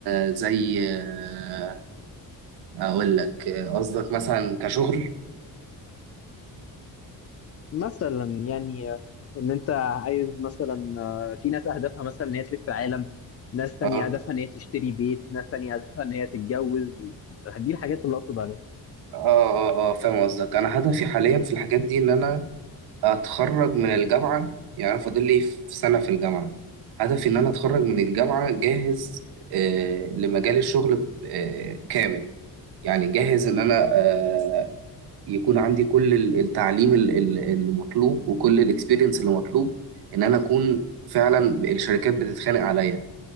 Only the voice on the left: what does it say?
مثلا يعني آه، إن أنت عايز مثلا آه، في ناس أهدافها مثلا إن هي تلف العالم ناس تانية
هدفها إن هي تشتري بيت ناس تانية هدفها إن هي تتجوز دي الحاجات اللي أقصد عليها